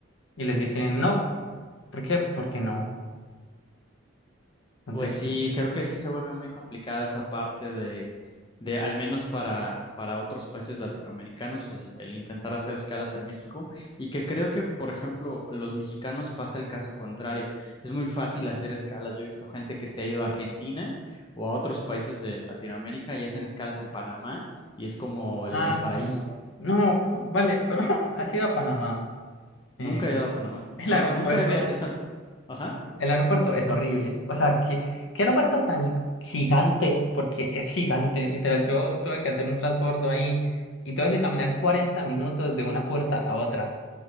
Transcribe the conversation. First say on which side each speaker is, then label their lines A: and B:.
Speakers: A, on the left; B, on the left.
A: y les dicen no. ¿Por qué? Porque no. Entonces,
B: Pues sí,
A: eh,
B: creo que sí se vuelve muy complicada esa parte de, de al menos para, para otros países latinoamericanos, el, el intentar hacer escalas en México. Y que creo que, por ejemplo, los mexicanos pasa el caso contrario. Es muy fácil hacer escalas. Yo he visto gente que se ha ido a Argentina o a otros países de Latinoamérica y hacen escalas en Panamá y es como el,
A: ah,
B: el paraíso.
A: pues, no, no, no, vale, pero <laughs> has ido a Panamá. Eh,
B: Nunca he ido a Panamá.
A: <laughs> el
B: So-
A: aeropuerto,
B: nunca había... es al- Ajá.
A: el aeropuerto es horrible. O sea, ¿qué, qué aeropuerto tan gigante? Porque es gigante, literal. Yo tuve que hacer un transbordo ahí y tuve que caminar 40 minutos de una puerta a otra